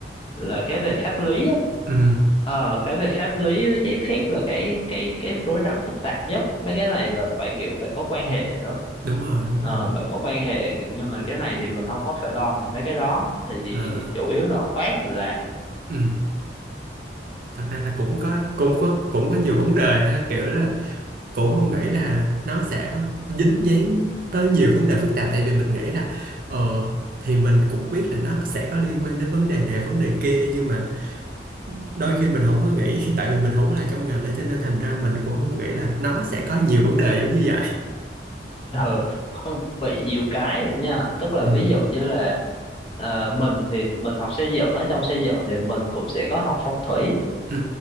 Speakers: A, on the left; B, on the right.
A: là cái về pháp lý á
B: ừ
A: Ờ, cái về pháp lý với giấy phép là cái cái cái rối rắm phức tạp nhất mấy cái này là phải kiểu phải có quan hệ nữa
B: đúng rồi đúng
A: Ờ,
B: rồi
A: phải có quan hệ nhưng mà cái này thì mình không có phải lo về mấy cái đó thì
B: ờ
A: chủ yếu là ông bác mình làm
B: ừ thật ra là cũng có cũng có cũng có nhiều vấn đề ha kiểu là cũng không nghĩ là nó sẽ dính dáng tới nhiều vấn đề phức tạp tại vì mình nghĩ là ờ thì mình cũng biết là nó sẽ có liên quan đến vấn đề này vấn đề kia nhưng mà đôi khi mình không có nghĩ khi tại vì mình không có là trong ngành đó cho nên thành ra mình cũng không nghĩ là nó sẽ có nhiều vấn đề giống như vậy
A: ừ không bị nhiều cái nữa nha tức là
B: ừ
A: ví dụ như là ờ, mình thì mình học xây dựng á trong xây dựng thì mình cũng sẽ có học phong thủy
B: ừ